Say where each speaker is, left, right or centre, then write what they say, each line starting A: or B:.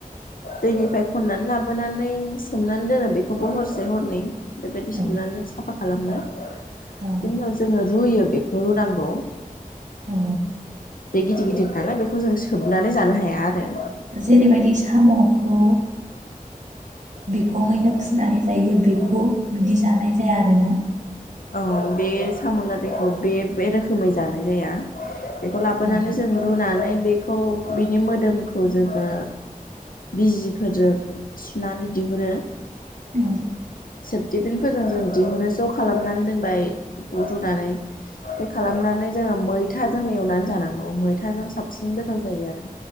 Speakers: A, on the left; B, on the right.
A: दैनिफ्राय खननानै लाबोनानै सोमनानै दोनो बेखौबो हरसे हरनै। बेबायदि सोमनानै
B: औ
A: दोन सा साफा खालामनो बिनि
B: औ
A: उनाव जोङो रुयो बेखौ। हर' नांगौ।
B: औ
A: बे गिदिर गिदिर नालाय बेखौ जों सोबनानै जानो हाया आरो।
B: जेरैबायदि साम'खौ बिखङैनो फुनानै जायो बेखौ बिदि जानाय जाया आरोना।
A: औ बे साम'लादायखौ बे बे रोखोमै जानाय जाया। बेखौ लाबोनानै
B: औ
A: जों रुनानै बेखौ बेनि मोदोमखौ जोङो बिजिफोरजों सुनानै दिहुनो,
B: औ
A: सेफटिबिनफोरजों जों दिहुनो ज' खालामना नानै दोनबाय रुदुनानै बे खालामनानै जोङो मैथाजों एवनानै जानांगौ मैथाजों साबसिन गोथाव जायो आरो।